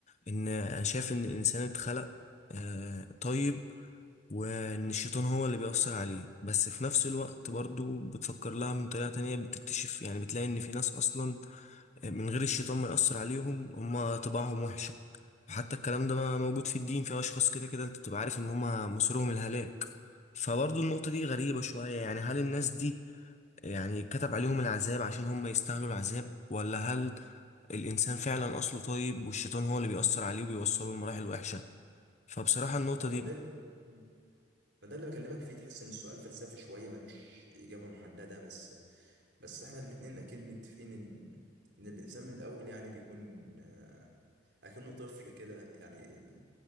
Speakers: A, on the left; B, on the right.
A: إن أنا شايف إن الإنسان اتخلق آه، طيب وإن الشيطان هو اللي بيأثر عليه بس في نفس الوقت برضو بتفكر لها من طريقة تانية بتكتشف يعني بتلاقي إن في ناس أصلا آه، من غير الشيطان ما يأثر عليهم هما طباعهم وحشة حتى الكلام ده ما- موجود في الدين في أشخاص كده كده أنت بتبقى عارف إن هما مصيرهم الهلاك فبرضو النقطة دي غريبة شوية يعني هل الناس دي يعني كتب عليهم العذاب عشان هم يستاهلوا العذاب ولا هل الإنسان فعلا أصله طيب والشيطان هو اللي بيأثر عليه وبيوصله لمراحل وحشة فبصراحة النقطة
B: اه ما
A: دي
B: ده ال- مم. ما ده اللي بكلمك فيه تحس ان السؤال فلسفي شوية ملوش إجابة محددة بس بس احنا الاتنين اكيد متفقين ان ان الانسان من الاول يعني بيكون آه، اكنه طفل كده يعني